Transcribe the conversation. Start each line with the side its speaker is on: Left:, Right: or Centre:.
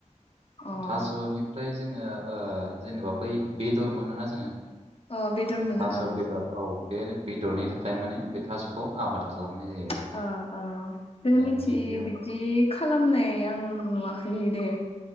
Left: अ
Right: थास'निफ्राय जोङो ओ जेनेबा बै बेदर मोनोना जोङो
Left: अ बेदर मोनो
Right: थास'
Left: ओं
Right: बेदर औ बे बेदरनि थाखाय माने बे थास'खौ आबाद खालामनाय जायो आरो।
Left: ओ ओ जों
Right: दा
Left: निथिं
Right: गिबियाव
Left: बिदि खालामनाय आं नुवाखैह दे।